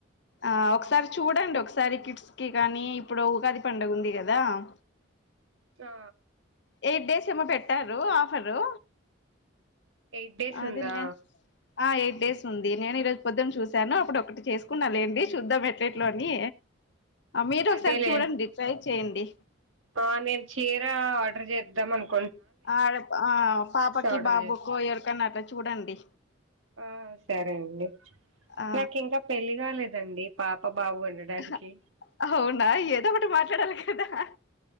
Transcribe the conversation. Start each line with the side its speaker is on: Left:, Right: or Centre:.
Left: ఆ ఒకసారి చూడండి ఒకసారి కిడ్స్ కి కానీ ఇప్పుడు ఉగాది పండుగ ఉంది కదా. <inaudible>
Right: ఆ
Left: ఎయిట్ డేస్ ఏమో పెట్టారు ఆఫరు
Right: ఎయిట్ డేస్
Left: అది
Right: ఉందా
Left: నే ఆ ఎయిట్ డేస్ ఉంది నేను ఈరోజు పొద్దున్న చూసాను అప్పుడు ఒకటి చేసుకున్నాలేండి చూద్దాం ఎట్లెట్లో అని. మీరు ఒకసారి
Right: అదేలే
Left: చూడండి ట్రై చేయండి.
Right: ఆ నేను చీర ఆర్డర్ చేద్దాం అనుకున్
Left: ఆడ ఆ పాపకి
Right: ఆర్డర్
Left: బాబుకో
Right: చేస్తా
Left: ఎవరికన్నా అట్లా చూడండి.
Right: ఆ సరే అండి
Left: ఆ
Right: నాకు ఇంకా పెళ్లి కాలేదండి పాప బాబు ఉండడానికి
Left: అహ అవునా ఏదో ఒకటి మాట్లాడాలి కదా ఆ